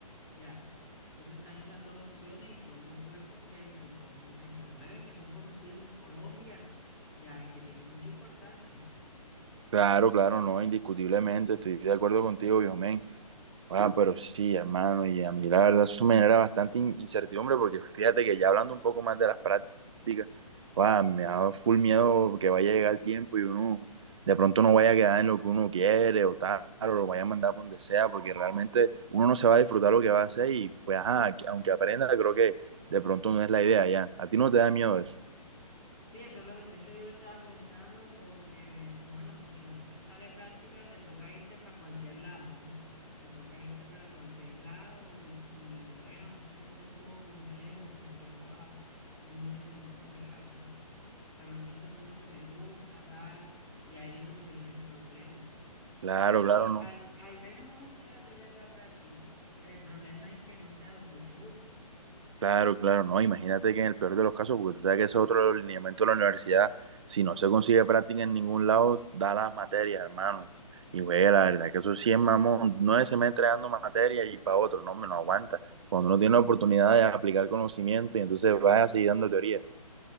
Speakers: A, on the left; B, on the right.
A: Ya. Entonces están esas dos opciones y son dos puertos que, que son, que se mueven, que son conocidos en Colombia, ya, y que tienen mucha importancia.
B: Claro, claro, no, indiscutiblemente, estoy de acuerdo contigo, Yosmen. Ah, pero sí, hermano, y a mí la verdad eso me genera bastante in- incertidumbre porque fíjate que ya hablando un poco más de las prácticas, ah, me da full miedo que vaya a llegar el tiempo y uno de pronto no vaya a quedar en lo que uno quiere o tal, o lo vaya a mandar por donde sea, porque realmente uno no se va a disfrutar lo que va a hacer y pues, ajá, aunque aprenda, creo que de pronto no es la idea ya. ¿A ti no te da miedo eso?
A: Sí, eso, lo- eso yo lo estaba pensando porque, pues bueno, si no te sale práctica, te toca irte para cualquier lado, ¿no? Te toca irte para cualquier lado y, y bueno, eso sí está un poco complejo porque, joa, uno dice, no, hombre, vale. de pronto esto no es lo que me gusta, tal, y ahí es donde viene el problema.
B: Claro,
A: Pero sí,
B: claro, no.
A: al, al menos uno sí va a tener la práctica. El problema es que no sea donde te guste.
B: Claro, claro, no, imagínate que en el peor de los casos, porque tú sabes que ese es otro lineamiento de la universidad, si no se consigue práctica en ningún lado, da las materias, hermano. Y güey, la verdad que eso sí es mamón, nueve semestres dando materia y para otro, no, me no aguanta. Cuando uno tiene la oportunidad de aplicar conocimiento y entonces vas a seguir dando teoría.